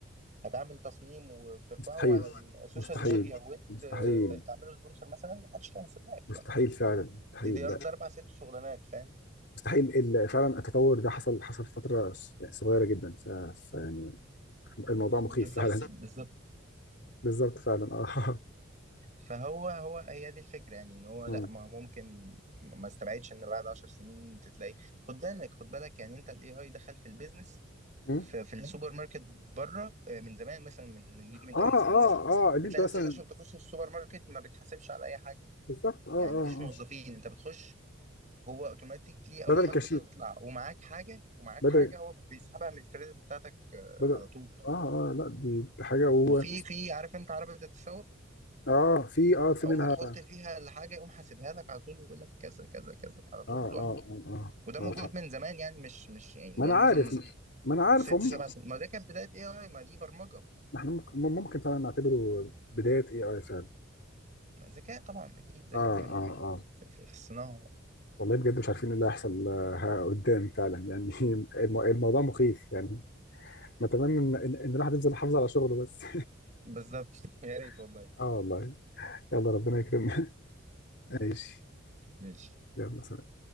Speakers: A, on the right (about 40°); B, on the left (about 60°).
A: هتعمل تصميم وترفعه
B: مستحيل
A: على السوشيال
B: مستحيل
A: ميديا وتعمله
B: مستحيل
A: سبونسر مثلا ما حدش كان هيصدقك
B: مستحيل
A: يعني
B: فعلا مستحيل
A: دي دي ده اربع ست شغلانات فاهم
B: مستحيل ال- فعلا التطور ده حصل حصل في فتره ص- يعني صغيره جدا ف... ف يعني الموضوع مخيف
A: بالظبط
B: فعلا بالظبط
A: بالظبط
B: <laughs> بالظبط فعلا اه
A: فهو هو هي دي الفكره يعني ان هو
B: <laughs>
A: لا
B: مم.
A: ما هو ممكن ما استبعدش ان بعد 10 سنين تلاقي خد بالك خد بالك يعني انت الاي اي دخل في البيزنس
B: مم.
A: ف- في السوبر ماركت بره آه، من زمان مثلا من من يجي من
B: اه
A: 8
B: بالظبط
A: سنين
B: اه
A: مثلا
B: اه ان
A: بتلاقي
B: انت مثلا
A: نفسك مثلا تخش السوبر ماركت ما بتحاسبش على اي حاجه
B: بالظبط اه اه
A: يعني مفيش موظفين
B: اه
A: انت بتخش هو اوتوماتيكلي اول
B: بدل بالظبط
A: ما انت
B: الكشيك
A: تطلع ومعاك حاجه ومعاك
B: بدل
A: حاجه هو بيسحبها من الكريدت بتاعتك آه،
B: بدل
A: على طول
B: اه اه لا دي دي حاجه و
A: وفي في عارف انت عربيه التسوق
B: اه في اه في
A: اول
B: منها
A: ما تحط
B: اه
A: فيها الحاجه يقوم حاسبها لك على طول يقول لك كذا كذا كذا على طول
B: اه اه
A: لوحده
B: اه, آه
A: وده
B: وده
A: موجود
B: فعلا
A: من زمان يعني مش مش يعني
B: ما
A: بقاله
B: انا وده
A: مثلا
B: عارف مثلا ما انا عارف
A: ست
B: هم
A: سبع سنين ما ده كانت بدايه اي اي ما دي برمجه
B: احنا ممكن ممكن فعلا نعتبره بدايه اي اي فعلا
A: ذكاء طبعا اكيد ذكاء
B: اه
A: من
B: اه اه
A: في, في, في الصناعه
B: والله بجد مش عارفين ايه اللي هيحصل آه، قدام فعلا يعني <laughs> الم- الموضوع مخيف يعني نتمنى ان ان إن الواحد يفضل يحافظ على شغله بس
A: بالظبط <laughs> يا ريت والله
B: <laughs> اه والله يلا ربنا يكرمنا <laughs> ماشي
A: ماشي
B: يلا سلام